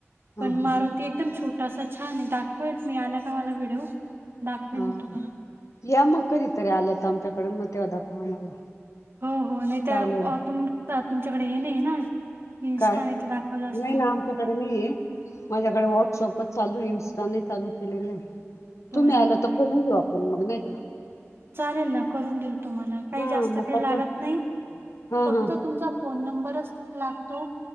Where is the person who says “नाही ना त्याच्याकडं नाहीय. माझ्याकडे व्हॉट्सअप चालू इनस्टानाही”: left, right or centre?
Left